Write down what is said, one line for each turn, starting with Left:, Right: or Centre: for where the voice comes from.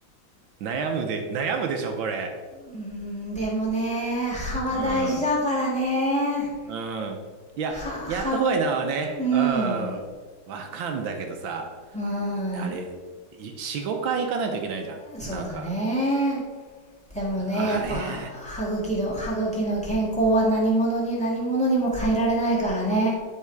Right: 悩むで、悩むでしょ、これ。
Centre: うーん、でもね、歯は大事だからね。
Right: うん。うん。いや、
Centre: は、はぐ、
Right: やった方がいいのはね、
Centre: うん。
Right: うん。わかんだけどさ、
Centre: うん。
Right: あれ、い4、5回行かないといけないじゃん。
Centre: そうだね。
Right: なんか。
Centre: でもね、
Right: あれ、
Centre: やっぱ、歯茎の、歯茎の健康は何者に何者にも変えられないからね。